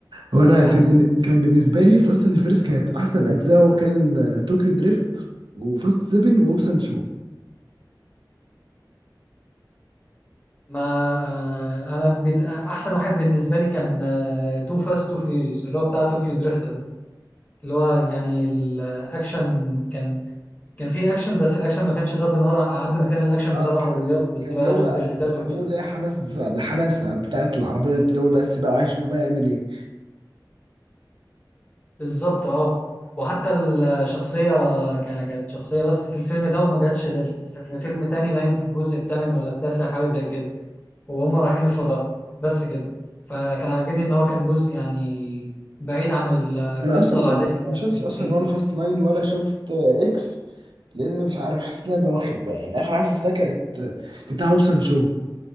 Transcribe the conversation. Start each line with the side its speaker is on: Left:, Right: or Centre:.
Right: وانا
Left: يعني
Right: كان بن... كان بالنسبه لي فاست اند فيرس كانت احسن اجزاء هو كان طوكيو دريفت وفاست 7 ووبسان شو
Left: ما آه، انا بت... احسن واحد بالنسبه لي كان تو فاست تو فيوريوس اللي هو بتاع طوكيو دريفت اللي هو يعني الاكشن كان كان فيه اكشن بس الاكشن ما كانش ضرب نار على قد ما كان الاكشن
Right: اه
Left: بتاع العربيات
Right: كان
Left: والسباقات
Right: كان اللي هو
Left: والدريفتات
Right: بيسموه
Left: وكده
Right: اللي هي حماس الحماسه بتاعت العربيات اللي هو بس بقى هيشوف بقى يعمل ايه
Left: بالظبط اه وحتى الشخصية كان كانت شخصية بس في الفيلم ده وما جاتش غير في في فيلم تاني باين في الجزء الثامن ولا التاسع حاجة زي كده وهم رايحين الفضاء بس كده فكان عاجبني ان هو كان جزء يعني بعيد عن القصة
Right: انا اصلا ما
Left: العادية
Right: ما شفتش
Left: بكتير
Right: اصلا ولا فاست ناين ولا شفت آه، اكس لان مش عارف حاسس ان انا بواخد بقى يعني اخر حاجه شفتها كانت آه، بتاع هوبسون شو